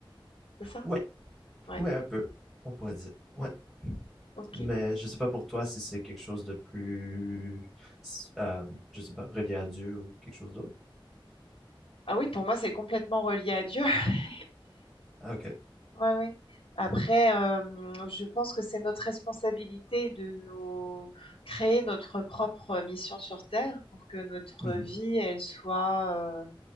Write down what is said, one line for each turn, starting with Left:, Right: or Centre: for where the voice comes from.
Left: C'est ça?
Centre: Ouais,
Left: Ouais.
Centre: ouais, un peu, on pourrait dire. Ouais,
Left: Ok.
Centre: mais je sais pas pour toi si c'est quelque chose de plus, euh, je sais pas, relié à Dieu ou quelque chose d'autre.
Left: Ah oui, pour moi, c'est complètement relié à Dieu. <laughs>
Centre: Ah, Ok.
Left: Ouais, ouais. Après, euh, je pense que c'est notre responsabilité de nous créer notre propre mission sur Terre pour que notre
Centre: Mhm.
Left: vie, elle soit,